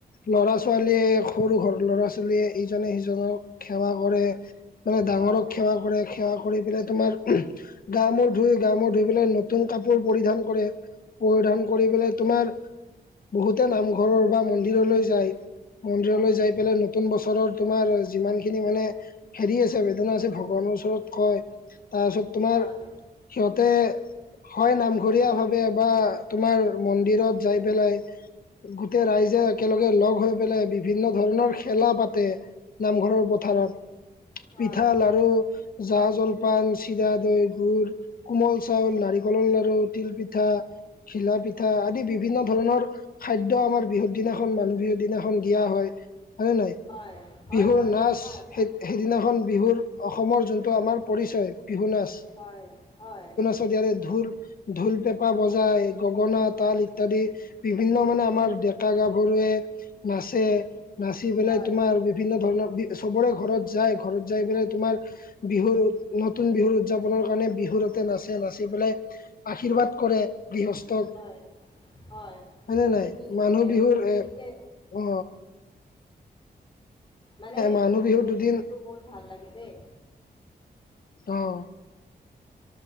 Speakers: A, on the left; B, on the left.
A: ল'ৰা ছোৱালীয়ে সৰু ঘৰ ল'ৰা ছোৱালীয়ে ইজনে সিজনক সেৱা কৰে। মানে ডাঙৰক
B: হয়,
A: সেৱা কৰে। সেৱা কৰি পেলাই তোমাৰ গা মূৰ ধুই গা মূৰ ধুই পেলাই নতুন কাপোৰ পৰিধান কৰে। পৰিধান কৰি পেলাই তোমাৰ বহুতে নামঘৰৰ বা মন্দিৰলৈ যায়। মন্দিৰলৈ
B: হয়,
A: যাই পেলাই ন নতুন বছৰৰ তোমাৰ যিমান খিনি মানে হেৰি আছে বেদনা আছে। ভগৱানৰ ওচৰত কয়। তাৰপিছত তোমাৰ
B: হয়,
A: সিহঁতে হয় নামঘৰীয়াভাৱে বা তোমাৰ মন্দিৰত যাই পেলাই, গোটেই ৰাইজে একেলগে লগ হৈ পেলাই বিভিন্ন ধৰণৰ খেলা পাতে। নামঘৰৰ পথাৰত।
B: হয়,
A: পিঠাল লাৰু জা জলপান, চিৰা, দৈ, গুৰ, কোমল চাউল, নাৰিকলৰ লাৰু, তিল পিঠা, ঘিলা পিঠা আদি বিভিন্ন ধৰণৰ খাদ্য আমাৰ বিহুুৰ দিনাখন মানুহ বিহু দিনাখন দিয়া হয়। হয়নে নাই?
B: হয়, হয়,
A: বিহুৰ
B: হয়,
A: নাচ
B: সঁচা কথা।
A: সে সে দিনাখন বিহুৰ অসমৰ যোনটো আমাৰ পৰিচয় বিহু নাচ।
B: হয়, হয়।
A: শদিয়াৰে ঢোৰ ঢোল, পেঁপা বজাই। গগনা, তাল ইত্যাদি বিভিন্ন মানে আমাৰ ডেকা গাভৰুৱে নাচে। নাচি পেলাই
B: হয়,
A: তোমাৰ বিভিন্ন ধৰণৰ চবৰে ঘৰত যায়। ঘৰত যাই পেলাই তোমাৰ বিহুৰ নতুন বিহুৰ উদযাপনৰ কাৰণে বিহুৰতে নাচে। নাচি পেলাই আশীৰ্বাদ কৰে। গৃহস্থক।
B: হয় হয়,
A: হয়নে নাই
B: ঠিকে ঠিকে
A: মানুহ বিহুৰ এ
B: ঠিকে।
A: অ।
B: মানে
A: মানুহ বিহুৰ
B: <unintelligible>
A: দুদিন
B: দিনটো বহুত ভাল লাগে দে।
A: অঁ।